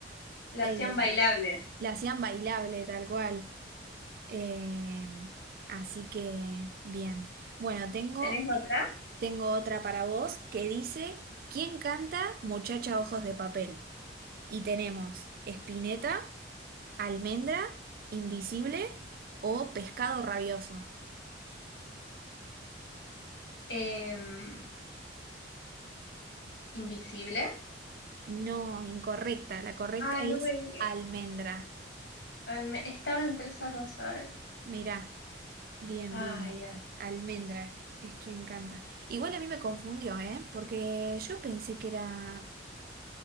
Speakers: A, on the left (about 65°); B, on the right (about 50°).
A: La
B: Eh,
A: hacían bailable.
B: la hacían bailable, tal cual. Eh, así que, bien. Bueno, tengo,
A: ¿Tenés
B: eh,
A: otra?
B: tengo otra para vos que dice, ¿Quién canta Muchacha Ojos de Papel? Y tenemos Spinetta. Almendra, invisible o pescado rabioso.
A: Em, Invisible.
B: No, incorrecta. La correcta
A: Ay,
B: es
A: no me digas.
B: almendra.
A: Ay, me- Estaba entre esas dos, ¿sabes?
B: Mirá, bien,
A: Ay,
B: bien, bien.
A: Dios.
B: Almendra es quien canta. Igual a mí me confundió, ¿eh? Porque yo pensé que era